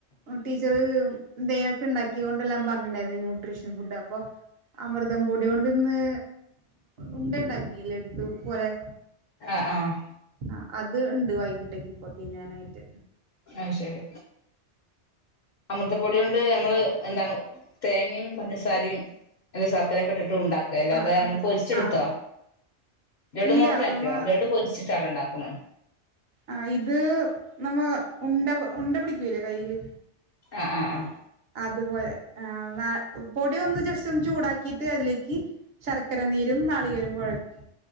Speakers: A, on the right; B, on the left.
A: ടീച്ചറ് ന്തേലൊക്കെ ണ്ടാക്കികൊണ്ടെല്ലാം പറഞ്ഞിട്ടുണ്ടായിരുന്നു ന്യൂട്രീഷൻ ഫുഡ് അപ്പൊ അമൃതം പൊടി ണ്ട് ഇന്ന് ഉണ്ട ഉണ്ടാക്കി ലേ ലഡു പോലെ.
B: ആഹ് ആഹ്
A: ആ അത് ണ്ട് വൈകീട്ടക്ക് ഇപ്പോ തിന്നാനായിട്ട്
B: ആഹ് ശരി അമൃതപ്പൊട്യോണ്ട് ഞമ്മള് എന്താണ് തേങ്ങിം പഞ്ചസാരിം അല്ലെ സർക്കരെക്കെ ഇട്ട് ഉണ്ടാക്കും ചെലതെ
A: ആ അത്
B: നമുക്ക് പൊരിച്ചെടുത്തോ
A: ആ
B: ലഡു
A: ഇല്ല
B: മോഡലാക്കിയോ
A: നമ്മ
B: ലഡു പൊരിച്ചിട്ട് ആണൊ ണ്ടാക്കുന്നത്.
A: ആ ഇത് നമ്മ ഉണ്ട ഉണ്ട പിടിക്കൂല്ലേ കയ്യില്
B: ആഹ് ആഹ്
A: അതുപോലെ ആ ന്നാ പൊടി ഒന്ന് ജസ്റ്റ് ഒന്ന്‌ ചൂടാക്കീട്ട് അതിലേക്ക് ശർക്കര നീരും നാളികേരോം കൊഴക്കും